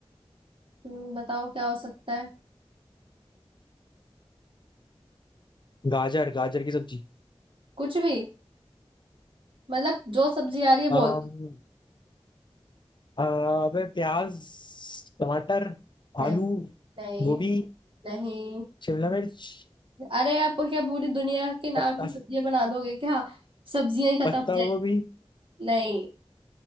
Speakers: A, on the right (about 55°); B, on the left (about 45°).
A: हम्म, बताओ क्या हो सकता है
B: गाजर गाजर की सब्जी
A: कुछ भी मतलब जो सब्जी आ रही है
B: अम,
A: वो
B: अ, अबे प्याज टमाटर
A: नहीं
B: आलू
A: नहीं
B: गोभी
A: नहीं
B: शिमला मिर्च
A: अरे आप क्या पूरी दुनिया के नाम
B: पत्ता
A: की सब्जियां बना दोगे क्या सब्जियां ही खत्म
B: पत्ता
A: हो जाएगी
B: गोभी
A: नहीं